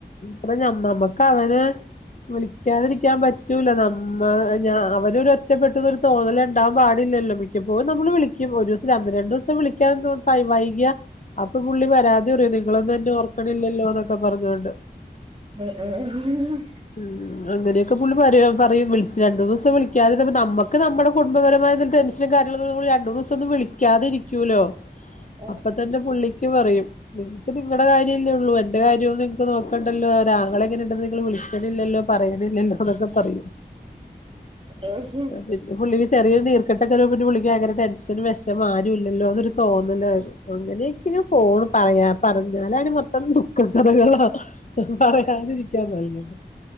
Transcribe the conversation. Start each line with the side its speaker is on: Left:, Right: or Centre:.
Left: അപ്പ ഞമ്മ നമ്മക്കവനെ വിളിക്കാതിരിക്കാൻ പറ്റൂല നം മ്മാ ഞ അവനൊരറ്റപ്പെെട്ടുന്നൊരു തോന്നല്ണ്ടാവാൻ പാടില്ലല്ലോ മിക്കപ്പോയും നമ്മള് വിളിക്കും ഒരുസ് ല്ല ഒന്ന് രണ്ടൂസം വിളിക്കാ <unintelligible> വൈകിയ അപ്പൊ പുള്ളി പരാതി പറയും നിങ്ങളൊന്നും എന്നെ ഓർക്കണില്ലല്ലോന്നൊക്കെ പറഞ്ഞോണ്ട്.
Right: ഉം, ഉം ആഹ്ഹ്
Left: ഉം അങ്ങനെയൊക്കെ പുള്ളി പറയും പറയും വിളിച്ച് രണ്ടൂന്നൂസം വിളിക്കാതിരുന്നപ്പം നമ്മക്ക് നമ്മടെ കുടുംബപര മായിന്ന ടെൻഷൻ കാര്ണം ന്നമ്മള് രണ്ടു, മൂന്ന്സോംന്ന് വിളിക്കാതെ ഇരിക്കൂലോ.
Right: ആഹ്
Left: അപ്പ തന്നെ പുള്ളിക്ക് പറയും നിങ്ങക്ക് നിങ്ങടെ കാര്യല്ലേ ഉള്ളു എന്റെ കാര്യൊ നിങ്ങക്ക് നോക്കണ്ടല്ലോ ഒരാങ്ങളങ്ങനെണ്ടെന്ന് നിങ്ങള് വിളിക്കലില്ലല്ലോ പറയണില്ല്യല്ലൊ അതൊക്കെ പറയൂ
Right: ആഹ്
Left: പിന്ന പുള്ളിക്ക് ചെറിയൊരു നീർക്കെട്ടൊക്കെരുമ്പൊ പിന്നെ പുള്ളിക്ക് ഭയങ്കര ടെൻഷനും വെഷമോം ആരുമില്ലല്ലോന്നൊരു തോന്നുന്നില് അങ്ങനെയെക്കെന് പോണ് പറഞ് പറഞ്ഞലാടി മൊത്തം ദുഃഖ കഥകളാ പറയാതിരിക്കാ
Right: ആഹ്
Left: നല്ലത്